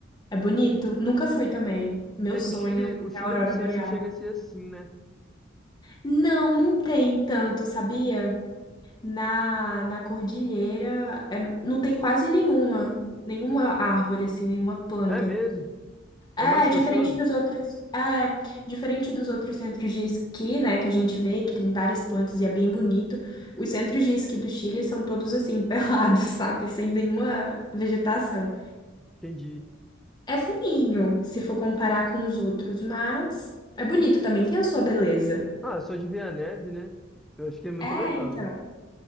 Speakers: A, on the left (about 20°); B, in the centre.
A: É bonito? Nunca fui também. Meu
B: É
A: sonho
B: que o Chile, o Chile
A: é a aurora
B: não sei
A: boreal.
B: se chega a ser assim, né?
A: Não, não tem tanto, sabia? Na, na cordilheira, é- não tem quase nenhuma. Nenhuma árvore, assim, nenhuma planta.
B: É mesmo?
A: É,
B: É mais rochoso?
A: diferente dos outros. É, diferente dos outros centros de esqui, né? Que a gente vê, que tem várias plantas e é bem bonito. Os centros de esqui do Chile são todos assim, <laughs> pelados, sabe? Sem nenhuma vegetação.
B: Entendi.
A: É feinho, se for comparar com os outros, mas é bonito também, tem a sua beleza.
B: Ah, só de ver a neve, né? Eu acho que é muito
A: É,
B: legal.
A: então.